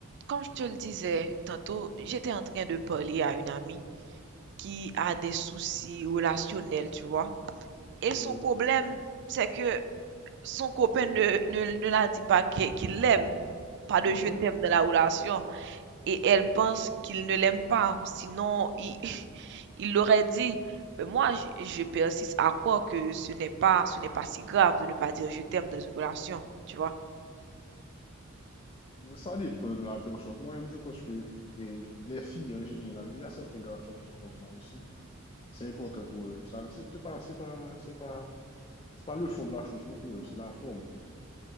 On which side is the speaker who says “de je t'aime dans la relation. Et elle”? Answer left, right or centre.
Right